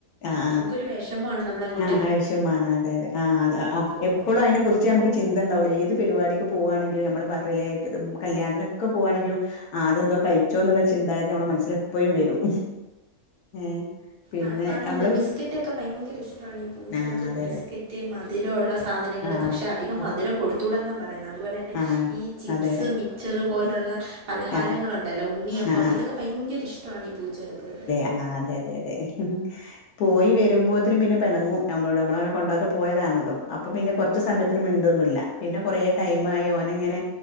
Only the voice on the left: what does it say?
ആഹ്
ആഹ് വെഷമാണ് അതെ അതെ ആഹ് അത് ആഹ്
എപ്പളും അയിനെ കുറിച്ച് ച്ചേ മ്മക്ക് ചിന്തണ്ടാവുള്ളൂ ഏത് പരിപാടിക്ക് പോവാണങ്കിലും നമ്മള് പറീല്ലേ അയിറ്റ കല്യാത്തിനൊെക്കെ പോവാണെങ്കിലും അതെന്തോ കഴിച്ചോന്നുള്ളരു ചിന്താഗതി നമ്മുടെ മനസ്സിലെപ്പഴും വരും ഏഹ് പിന്നെ
നമ്മള്
ആ, അതെ,
അതെ.
ആ,
അതെ.
ആ,
അതെ, അതെ.
ആ,
ആ,
ആഹ്, അതെ, അതെ, അതെ. പോയി വരുമ്പോത്തിന് പിന്നെ പിണങ്ങും. നമ്മളോട് നമ്മളവനെ കൊണ്ടാതെ പോയതാണല്ലോ? അപ്പൊ പിന്നെ കൊറ ച്ച് സമയത്തിന് മിണ്ടൊന്നൂല്ല. പിന്നെ കുറേ ടൈം ആയി, ഓനങ്ങനെ